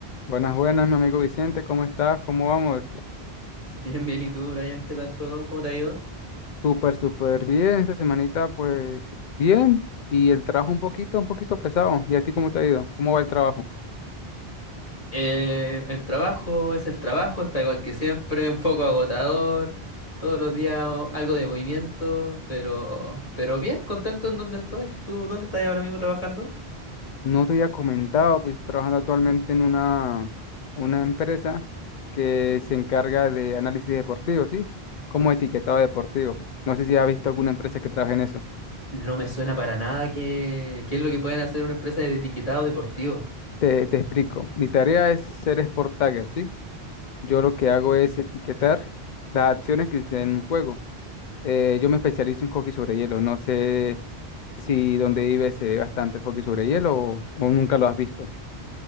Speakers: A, on the left; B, on the left.
A: Buenas, buenas, mi amigo Vicente, ¿cómo estás? ¿Cómo vamos?
B: Bien, bien, ¿y tú, Brian? ¿Qué tal todo? ¿Cómo te ha ido?
A: Súper, súper bien. Esta semanita, pues, bien. Y el trabajo un poquito, un poquito pesado. ¿Y a ti cómo te ha ido? ¿Cómo va el trabajo?
B: Eh, el trabajo es el trabajo, está igual que siempre, un poco agotador, todos los días o- algo de movimiento, pero, pero bien, contento en donde estoy. ¿Tú dónde estás ahora mismo trabajando?
A: No te había comentado, pues, estoy trabajando actualmente en una, una empresa que se encarga de análisis deportivo, ¿sí? Como etiquetado deportivo. No sé si has visto alguna empresa que trabaje en eso.
B: No me suena para nada que, qué es lo que pueden hacer una empresa de etiquetado deportivo.
A: Te, te explico. Mi tarea es ser Sport Tagger, ¿sí? Yo lo que hago es etiquetar las acciones que suceden en un juego. Eh, yo me especializo en hockey sobre hielo. No sé si donde vives se ve bastante el hockey sobre hielo o, o nunca lo has visto.